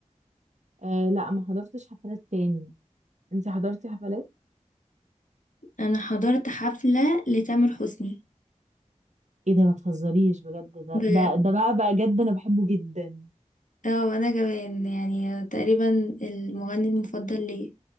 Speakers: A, on the right; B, on the left.
A: آه لا ما حضرتش حفلات تاني انت حضرتي حفلات
B: انا حضرت حفلة لتامر حسني
A: ايه ده ما تهزريش بجد ده
B: بجد
A: ده ده بقى بقى جد انا بحبه جدا
B: اه وانا كمان يعني تقريبا المغني المفضل لي